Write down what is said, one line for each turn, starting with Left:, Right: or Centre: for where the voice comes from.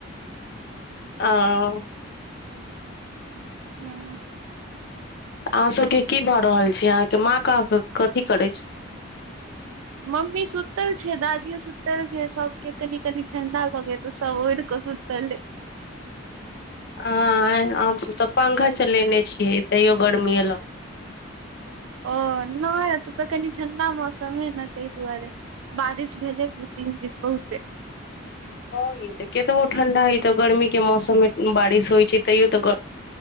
Left: आ ओ
Right: हुँ
Left: अहाँ सबके की भऽ रहल छी अहाँके माँ क कथी करै छै
Right: मम्मी सुतल छै दादियो सुतल छै सब के कनी कनी ठंडा लगेत सब ओइर कं सुतल
Left: आ हमस तऽ पंखा चलेने छीयै तैयो गर्मीए लग
Right: ओ नहि एतऽ तऽ कनि ठण्डा मौसम है न तहि दुआरे बारिश भेले दू तीन दिन बहुते
Left: हँ ये केतबो ठंडा हइ तऽ गर्मी के मौसममे बारिश होइ छै तैयो तऽयौ गर्मी